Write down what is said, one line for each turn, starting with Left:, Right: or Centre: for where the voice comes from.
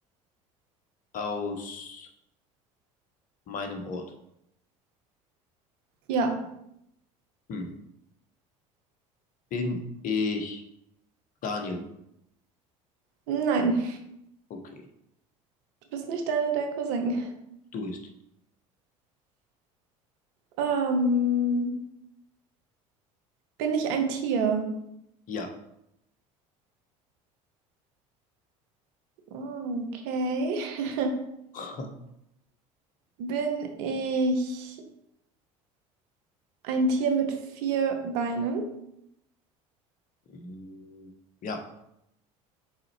Left: aus meinem Ort?
Right: Ja.
Left: Hm. Bin ich Daniel?
Right: Nein,
Left: Okay,
Right: du bist nicht Daniel, dein Cousin.
Left: du bist.
Right: Ähm, bin ich ein Tier?
Left: Ja.
Right: Okay. <laughs>
Left: <laughs>
Right: Bin ich ein Tier mit vier Beinen?
Left: Mm, Ja,